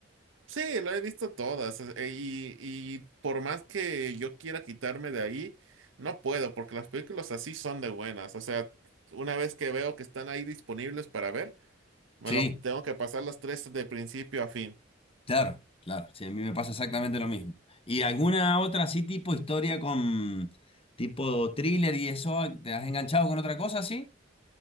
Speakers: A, on the right; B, on the left.
A: Sí, lo he visto todas e- y, y por más que yo quiera quitarme de ahí, no puedo porque las películas así son de buenas. O sea, una vez que veo que están ahí disponibles para ver, me
B: Sí.
A: lo tengo que pasar las tres de principio a fin.
B: Claro, claro, sí, a mí me pasa exactamente lo mismo. ¿Y alguna otra así tipo historia con tipo thriller y eso? ¿Te has enganchado con otra cosa así?